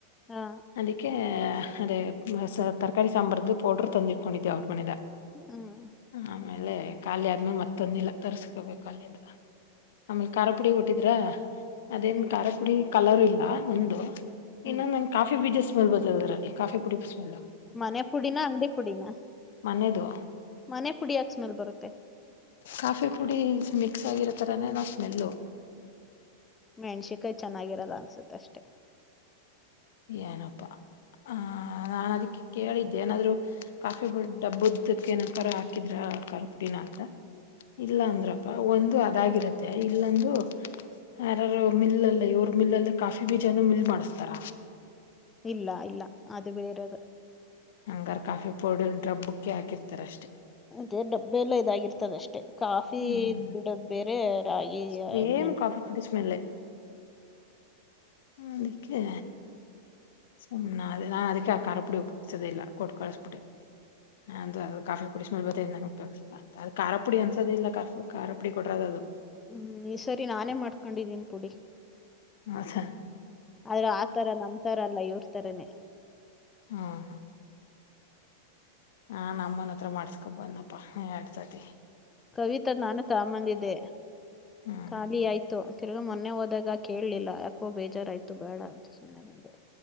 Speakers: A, on the left; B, on the left.
A: ಹಾ
B: ಅದಕ್ಕೆ ಅದೇ ತರಕಾರಿ ಸಾಂಬಾರ್ದು ಪೌಡರ್ ತಂದಿಟ್ಕೊಂಡಿದ್ದೆ ಅವ್ರು ಮನೆದ
A: ಹ್ಮ್
B: ಆಮೇಲೆ ಖಾಲಿ ಆದ್ ಮರ್ತಂದಿಲ್ಲ ತರ್ಸ್ಕೋಬೇಕು ಅಲ್ಲಿಂದ. ಆಮೇಲೆ ಖಾರಪುಡಿ ಕೊಟ್ಟಿದ್ರ ಅದೇನ್
A: ಹ್ಮ್
B: ಖಾರಪುಡಿ ಕಲರ್ ಇಲ್ಲ ಒಂದು.
A: ಹ್ಮ್
B: ಇನ್ನೊ ನನ್ ಕಾಫಿ ಬೀಜ ಸ್ಮೆಲ್ ಬರ್ತದ್ ಅದ್ರಲ್ಲಿ ಕಾಫಿ ಪುಡಿ ಸ್ಮೆಲ್ಲು.
A: ಮನೆ ಪುಡಿನ ಅಂಗ್ಡಿ ಪುಡಿನ
B: ಮನೆದು
A: ಮನೆ ಪುಡಿ ಯಾಕ್ ಸ್ಮೆಲ್ ಬರುತ್ತೆ.
B: ಕಾಫಿ ಪುಡಿ ಮಿಕ್ಸ್ ಆಗಿರೋತರನೇನಾ ಸ್ಮೆಲ್ಲು.
A: ಮೆಣ್ಸಿಕಾಯಿ ಚೆನ್ನಾಗಿರಲ್ಲ ಅನ್ಸುತ್ತೆ ಅಷ್ಟೇ. <inaudible>
B: ಏನಪ್ಪಾ ಆ ನಾನ್ ಅದ್ಕೆ ಕೇಳಿದ್ದೆ ಏನಾದ್ರು ಕಾಫಿ ಡಬ್ಬದ್ದಕ್ಕೆ ಏನಂತರ ಹಾಕಿದ್ರ ಕಾರದ್ ಪುಡಿನ ಅಂತ ಇಲ್ಲ ಅಂದ್ರಪ್ಪ ಒಂದು ಅದಾಗಿರುತ್ತೆ ಇಲ್ಲೊಂದು ಯಾರಾರು ಮಿಲ್ಲಲ್ಲ ಇವ್ರ ಮಿಲ್ಲಲ್ಲೆ ಕಾಫಿ ಬೀಜನು ಮಿಲ್ ಮಾಡಸ್ತಾರ.
A: ಇಲ್ಲ ಇಲ್ಲ ಅದ್ಬೇರೆದು.
B: ಹಂಗಾರ ಕಾಫಿ ಪೌಡರ್ ಡಬ್ಬುಕ್ಕೆ ಹಾಕಿರ್ತಾರಷ್ಟೇ.
A: ಅದೆ ಡಬ್ಬೆಲ್ಲ ಇದಾಗಿರ್ತದ ಅಷ್ಟೇ. ಕಾಫಿ
B: ಹ್ಮ್
A: ಬಿಡೊದ್ ಬೇರೆ. ರಾಗಿ
B: ಸೇಮ್
A: ಮೆಣಸಿಕಾಯಿ
B: ಕಾಫಿಪುಡಿ ಸ್ಮೆಲ್ಲೆ. ಹ್ಮ ಅದಕ್ಕೆ ಸುಮ್ನಾದೆ ನಾನ್ ಅದಕ್ಕೆ ಆ ಖಾರ ಪುಡಿ ಉಪಯೋಗ್ಸೋದಿಲ್ಲ ಕೊಟ್ಕಳ್ಸ್ಬಿಟ್ಟೆ ಅದು ಅದು ಕಾಫಿ ಪುಡಿ ಸ್ಮೆಲ್ ಬತೖತ್ ನಾನ್ ಉಪಯೋಗ್ಸಲ್ಲ ಅಂತ ಅದ ಖಾರ ಪುಡಿ ಅನ್ಸದೇ ಇಲ್ಲ ಕಾಫಿ ಖಾರ ಪುಡಿ ಕೊಟ್ರದದು.
A: ಹ್ಮ್ ಈ ಸರಿ ನಾನೇ ಮಾಡ್ಕೊಂಡಿದ್ದೀನಿ ಪುಡಿ.
B: ಅಛಾ <unintelligible>
A: ಆದ್ರೆ ಆತರ ನಮ್ತರ ಅಲ್ಲ ಇವ್ರ್ ತರನೇ
B: ಹಾ ಹಾ ಹಾ ನಮ್ಮುನ್ ತ್ರ ಮಾಡ್ಸ್ಕೊ ಬಂದಪ್ಪಾ ಎಡ್ಸ್ ತಿ.
A: ಕವಿತಾ ನಾನು ತಾಮಂದಿದ್ದೆ
B: ಹ್ಮ್
A: ಖಾಲಿ ಆಯ್ತು ತಿರ್ಗಾ ಮೊನ್ನೆ ಹೋದಾಗ ಕೇಳ್ಲಿಲ್ಲ. ಕೊ ಬೇಜಾರಾಯ್ತು ಬೇಡ ಅಂತ ಸುಮ್ನ ಬಂದೆ.